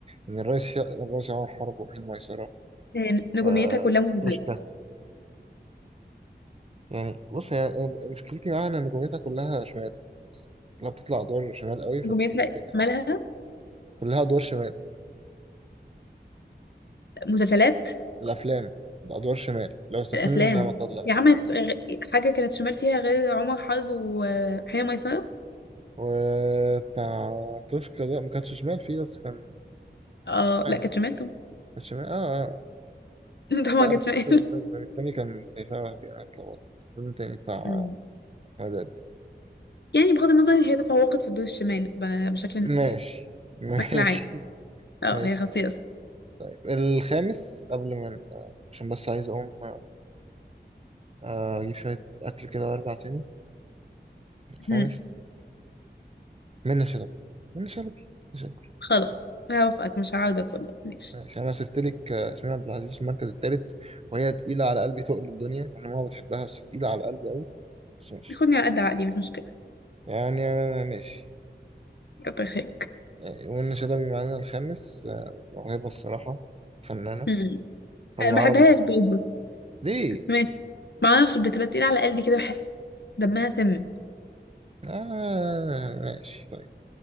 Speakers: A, on the right; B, on the left.
A: يعني الرئيس ش... الرئيس عمر حرب وحين ميسرة
B: يعني نجوميتها
A: آه...
B: كلها مسلسلات
A: توشكا يعني بص هي مشكلتي معاها ان نجوميتها كلها شمال لما بتطلع ادوار شمال قوي فبتبقى
B: نجوميتها
A: بتنجح
B: مالها
A: كلها ادوار شمال
B: مسلسلات
A: الافلام بادوار شمال لو استثنينا
B: الأفلام
A: نعمة الله مثلا
B: هي عملت غ- حاجة كانت شمال فيها غير عمر حرب وحين ميسرة
A: وبتاع توشكا ده ما كانش شمال فيه بس كان
B: اه
A: يعني
B: لا كانت شمال طبعا
A: كان شمال اه آه،
B: <laughs> طبعا
A: لا
B: كانت شمال
A: سوري سوري سوري التاني كان كان شبه وهبي انا اتلخبطت الفيلم التاني بتاع
B: مم.
A: مدد
B: يعني بغض النظر هي تفوقت في الدور الشمال ب- بشكل يعني
A: ماشي ماشي
B: بشكل عام
A: <laughs>
B: اه
A: ماشي
B: هي خطيرة
A: طيب الخامس قبل ما ن- عشان بس عايز اقوم آه، اجيب شوية اكل كده وارجع تاني الخامس
B: الصراحة
A: منة شلبي منة شلبي منة شلبي
B: خلاص هوافقك مش هعاود اقول لك ماشي
A: ماشي انا سبت لك آه، ياسمين عبد العزيز في المركز التالت وهي تقيلة على قلبي تقل الدنيا انا ما بتحبها بس تقيلة على قلبي قوي بس ماشي
B: بيخوني على قد عقلي مش مشكلة
A: يعني انا ماشي
B: كتر خيرك
A: يعني منة شلبي معانا الخامس آه، موهبة الصراحة فنانة
B: مم.
A: طب
B: أنا
A: العربي
B: ما بحبهاش
A: كده
B: برضه
A: ليه؟
B: بس ماشي معرفش بتبقى تقيلة على قلبي كده بحس دمها سم
A: آه ماشي طيب